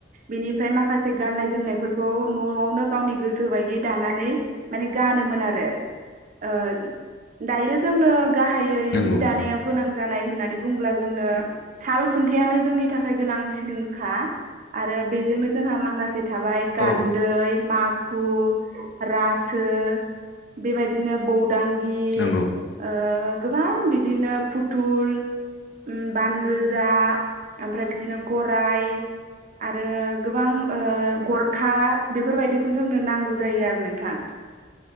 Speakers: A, on the right; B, on the left.
A: बिनिफ्राय माखासे गाननाय जोमनायफोरखौ न'आवनो गावनि गोसो बायदि दि दानानै मान गानोमोन आरो ओ दायो जोनो गाहायै
B: नंगौ
A: जि दानायाव
B: नोंथां
A: गोनां जानाय होननानै बुंब्ला जोंनो साल खुन्थायानो जोंनि थाखाय गोनांसिनखा। आरो बेजोंनो जोंहा माखासे थाबाय गान्दै
B: औ
A: माग खु, रासो‌ बे बायदिनो बौदांगि बि
B: नंगौ
A: ओ गोबां बिदिनो फुथुल उम बान गोजा ओमफ्राय बिदिनो गराइ आरो गोबां ओ गरखा बेफोर बायदिखौ जोंनो नांगौ जायो आरो नोंथां